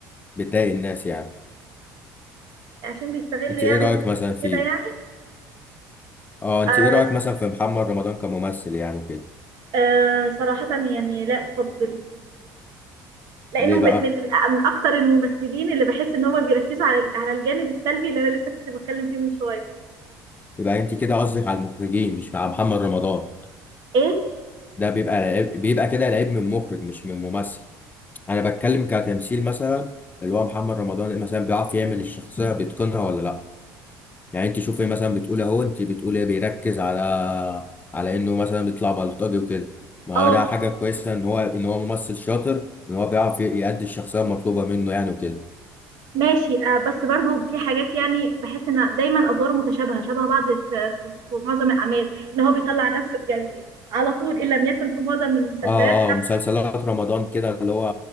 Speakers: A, on the left; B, on the right.
A: بتضايق الناس يعني
B: عشان بيستغل
A: انت
B: يعني
A: ايه رايك مثلا فيه
B: كده يعني
A: اه انت
B: آه
A: ايه رايك مثلا في محمد رمضان كممثل يعني وكده
B: آه صراحه يعني لا افضل لانه
A: ليه
B: من
A: بقى
B: من من اكتر الممثلين اللي بحس ان هم بيركزوا على على الجانب السلبي اللي انا لسه كنت بتكلم فيه من شويه
A: يبقى انت كده قصدك على المخرجين مش مع محمد رمضان
B: ايه
A: ده بيبقى لعيب بيبقى كده لعيب من مخرج مش من ممثل انا بتكلم كتمثيل مثلا اللي هو محمد رمضان مثلا بيعرف يعمل الشخصيه بيتقنها ولا لا يعني انت شوفي مثلا بتقول اهو انت بتقول ايه بيركز على على انه مثلا بيطلع بلطجي وكده ما
B: اه
A: هو ده حاجه كويسه ان هو ان هو ممثل شاطر ان هو بيعرف ي- يأدي الشخصيه المطلوبه منه يعني وكده
B: ماشي آه بس برضو في حاجات يعني بحس ان دايما ادواره متشابهه شبه بعض في, في, في معظم الاعمال ان هو بيطلع نفسه يعني على طول ان لم يكن في معظم المسلسلات
A: اه اه مسلسلات رمضان كده اللي هو